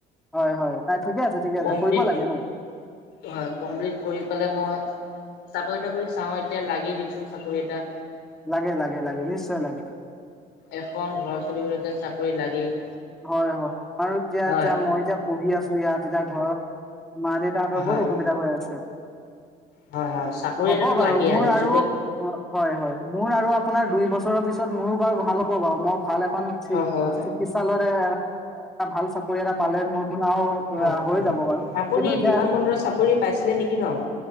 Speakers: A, in the centre; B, on the left.
A: হয় হয় তাই ঠিকে আছে, ঠিকে আছে,
B: কমপ্লিট
A: কৰিব লাগে ন।
B: হয়। কমপ্লিট কৰি পেলাই মই চাকৰি তাকৰি চাওঁ এতিয়া লাগে দিয়কচোন চাকৰি এটা।
A: লাগে, লাগে, লাগে নিশ্চয় লাগে।
B: এখন ঘৰ চলিবলে ত' চাকৰি লাগেই।
A: হয়, হয়। আমাৰো এতিয়া
B: হয়
A: তিয়া মই এতিয়া পঢ়ি আছোঁ ইয়াত এতিয়া ঘৰৰ মা দেউ তাহতৰ
B: হয়
A: বহুত অসুবিধা হৈ আছে।
B: হয় হয় চাকৰি
A: হ'ব
B: এটাতো
A: বাৰু
B: লাগেই
A: মোৰ
B: আজিৰ
A: আৰু
B: যুগত
A: অ, হয়, হয়। মোৰ আৰু আপোনাৰ দুই বছৰৰ পিছত মোৰো বাৰু ভাল হ'ব বাৰু মই ভাল এখ খন চি-চিকিৎসালতে
B: হয় হয়
A: এটা, ভাল চাকৰি এটা পালে মোৰতোন আৰু
B: হয়,
A: হৈ যাব বাৰু
B: আপুনি
A: কিন্তু এতিয়া
B: বিমান বন্দৰৰ চাকৰি পাইছিলে নেকি ন'?